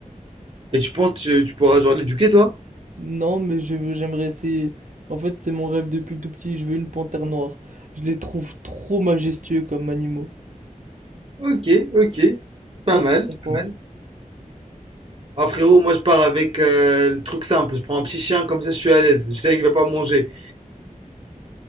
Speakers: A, on the right (about 45°); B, on the right (about 65°).
A: Et tu penses que tu tu pourras genre l'éduquer toi?
B: Non, mais je- j'aimerais essayer. En fait, c'est mon rêve depuis tout petit. Je veux une panthère noire. Je les trouve trop majestueux comme animaux.
A: Ok, ok. Pas
B: Toi,
A: mal.
B: ce serait
A: Pas
B: quoi?
A: mal. Ah frérot, moi je pars avec euh, le truc simple. Je prends un petit chien comme ça je suis à l'aise. Je sais qu'il va pas manger.